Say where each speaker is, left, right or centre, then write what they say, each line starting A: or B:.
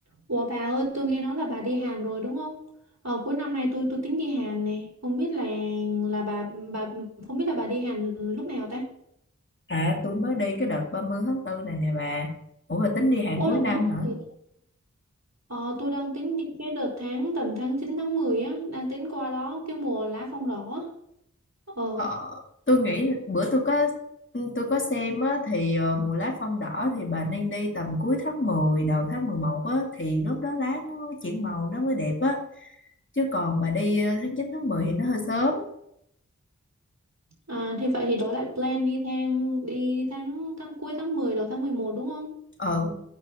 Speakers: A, on the right; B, on the left.
A: Ủa bà ơi, tôi nghe nói là bà đi Hàn rồi đúng không? Ờ, cuối năm nay tôi tôi tính đi Hàn nè, không biết là là bà bà không biết là bà đi Hàn lúc nào ta?
B: À tôi mới đi cái đợt 30 tháng tư này nè bà. Ủa bà tính đi hàng
A: Ôi
B: cuối
A: là
B: năm
A: nói
B: hả?
A: gì đó. Ờ, tôi đang tính đi cái đợt tháng tầm tháng 9 tháng 10 á, đang tính qua đó cái mùa lá phong đỏ. á. Ờ,
B: Ờ, tôi nghĩ bữa tôi có tôi có xem á, thì ờ, mùa lá phong đỏ thì bà nên đi tầm cuối tháng 10 đầu tháng 11 á, thì lúc đó lá nó chuyển màu nó mới đẹp á. Chứ còn bà đi ờ, tháng 9 tháng 10 thì nó hơi sớm.
A: à, thì vậy thì đổi lại plan đi tháng đi tháng tháng cuối tháng 10 đầu tháng 11 đúng không?
B: Ờ